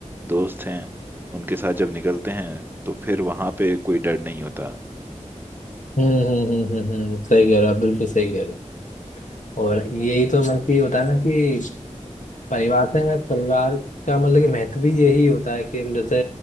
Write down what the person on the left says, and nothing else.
हम्म हम्म हम्म, हम्म, हम्म, हम्म, हम्म। सही कह रहे हो आप बिल्कुल सही कह रहे हो और यही तो मतलब कि होता है ना कि परिवार से ना परिवार का मतलब कि महत्व भी यही होता है कि हम जैसे